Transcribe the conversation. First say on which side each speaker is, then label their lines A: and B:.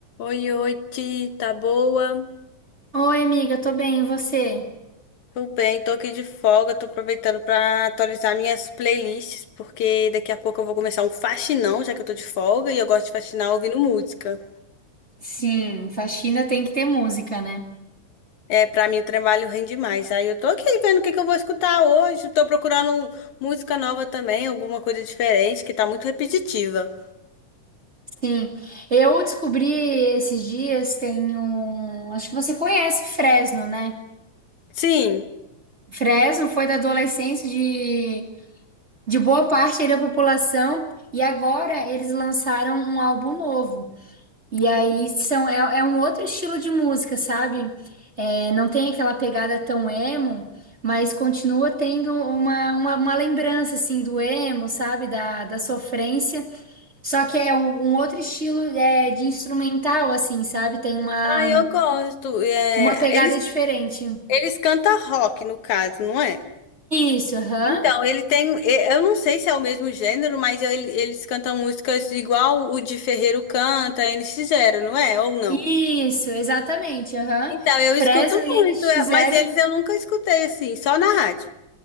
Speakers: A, on the left; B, on the right.
A: Oi, oi, Ti, tá boa?
B: Oi, amiga, tô bem, e você?
A: Tudo bem, tô aqui de folga, tô aproveitando pra atualizar minhas playlists, porque daqui a pouco eu vou começar um faxinão, já que eu tô de folga e eu gosto de faxinar ouvindo música.
B: Sim, faxina tem que ter música, né?
A: É, pra mim o trabalho rende mais. Aí eu tô aqui vendo o que que eu vou escutar hoje, tô procurando música nova também, alguma coisa diferente, que tá muito repetitiva.
B: Sim, eu descobri esses dias, tem um... Acho que você conhece Fresno, né?
A: Sim,
B: Fresno foi da adolescência de, de boa parte aí da população e agora eles lançaram um álbum novo. E aí são, é, é um outro estilo de música, sabe? É, não tem aquela pegada tão emo, mas continua tendo uma, uma, uma lembrança, assim, do emo, sabe? Da, da sofrência. Só que é um, um outro estilo é, de instrumental, assim, sabe? Tem uma,
A: ah, eu gosto. É,
B: uma pegada
A: eles,
B: diferente.
A: eles cantam rock, no caso, não é?
B: Isso, aham.
A: Então, ele tem. e- Eu não sei se é o mesmo gênero, mas ele- eles cantam músicas igual o de Ferreiro canta, eles fizeram, não é? Ou não?
B: Isso, exatamente, aham.
A: Então, eu
B: Fresno
A: escuto
B: e
A: muito,
B: NX
A: é, mas
B: Zero.
A: eles eu nunca escutei assim, só na rádio.